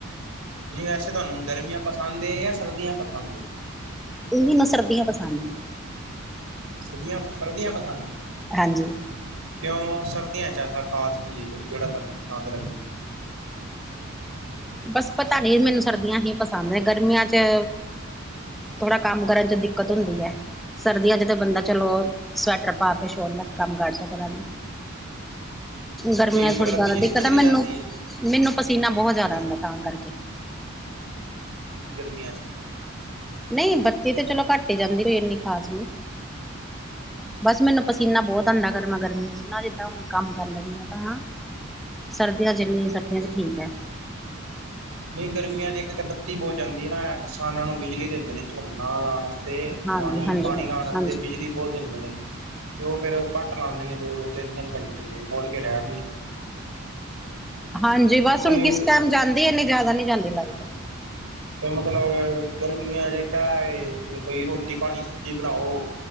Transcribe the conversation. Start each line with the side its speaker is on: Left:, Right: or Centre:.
Right: ਨਹੀਂ ਵੈਸੇ ਤੁਹਾਨੂੰ ਗਰਮੀਆਂ ਪਸੰਦ ਏ ਜਾਂ ਸਰਦੀਆਂ ਪਸੰਦ।
Centre: ਉਹ ਵੀ ਮੈਂ ਸਰਦੀਆਂ ਪਸੰਦ ਨੇ।
Right: ਸਰਦੀਆਂ- ਸਰਦੀਆਂ ਪਸੰਦ।
Centre: ਹਾਂਜੀ
Right: ਕਿਉਂ ਸਰਦੀਆਂ ਚ' ਐਸਾ ਖਾਸ ਚੀਜ਼ ਜਿਹੜਾ ਤੁਹਾਨੂੰ ਪਸੰਦ ਲਏ।
Centre: ਬਸ ਪਤਾ ਨਹੀਂ ਮੈਨੂੰ ਸਰਦੀਆਂ ਹੀ ਪਸੰਦ ਹੈ ਗਰਮੀਆਂ ਚ'। ਥੋੜਾ ਕੰਮ ਕਰਨ ਚ' ਦਿੱਕਤ ਹੁੰਦੀ ਹੈ। ਸਰਦੀਆਂ ਚ' ਤਾਂ ਬੰਦਾ ਚਲੋ ਸਵੈਟਰ ਪਾ ਕੇ ਛੋੜ ਲੈ ਕੇ ਕੰਮ ਕਰ ਸਕਦਾ ਨਾ। ਗਰਮੀਆਂ
Right: ਬਈ
Centre: ਥੋੜ੍ਹੀ
Right: ਮਤਲਬ
Centre: ਜਿਆਦਾ
Right: ਬਿਜਲੀ
Centre: ਦਿੱਕਤ
Right: ਬੁਜਲੀ
Centre: ਹੈ। ਮੈਨੂੰ
Right: ਜਾਂਦੀ ਏ
Centre: ਮੈਨੂੰ ਪਸੀਨਾ ਬਹੁਤ ਜਿਆਦਾ
Right: ਨਹੀਂ
Centre: ਆਉਂਦਾ। ਤਾਂ ਕਰਕੇ
Right: ਅੱਜ
Centre: ਨਹੀਂ ਬੱਤੀ ਤੇ ਚਲੋ ਘੱਟ ਹੀ ਜਾਂਦੀ ਕੋਈ ਇਨੀ ਖ਼ਾਸ ਨਹੀਂ। ਬਸ ਮੈਨੂੰ ਪਸੀਨਾ ਬਹੁਤ ਆਉਂਦਾ ਗਰਮਾ- ਗਰਮੀਆਂ ਚ' ਨਾ ਜਿੱਦਾਂ ਹੁਣ ਕੰਮ ਕਰ ਲੈਂਦੀ ਹਾ। ਤਾਂ ਸਰਦੀਆਂ ਚ' ਇੰਨੀ ਸਰਦੀਆਂ ਚ 'ਠੀਕ ਹੈ।
Right: ਨਹੀਂ ਗਰਮੀਆਂ ਚੇ ਇੱਕ ਤਾਂ ਬੱਤੀ ਬਹੁਤ ਜਾਂਦੀ ਨਾ। ਕਿਸਾਨਾਂ ਨੂੰ ਬਿਜਲੀ ਦਿੰਦੇ ਨੇ ਝੰਣਾ ਲਾਉਣ। ਤੇ
Centre: ਹਾਂਜੀ
Right: ਪਾਣੀ-
Centre: ਹਾਂਜੀ
Right: ਪਾਣੀ
Centre: ਹਾਂਜੀ
Right: ਲਾਉਣ ਵਾਸਤੇ
Centre: ਹਾਂਜੀ
Right: ਬਿਜਲੀ ਬਹੁਤ ਦਿੰਦੇ ਨੇ। ਤੇ ਉਹ ਫੇਰ ਘੱਟ ਲਾਉਂਦੇ ਨੇ ਦੋ- ਦੋ ਘੰਟੇ ਕ ਜ ਮੋੜ ਕੇ ਲਿਆ।
Centre: ਹਾਂਜੀ ਬਸ
Right: ਤੇ
Centre: ਕਿਸ ਟਮ ਜਾਂਦੀ। ਇਨੀ ਜ਼ਿਆਦਾ ਨਹੀਂ ਜਾਂਦੀ ਲਾਈਟ।
Right: ਮਤਲਬ ਗਰਮੀਆਂ ਜ ਕ ਕੋਈ ਰੋਟੀ -ਪਾਣੀ ਸਬਜ਼ੀ ਬਣਾਓ।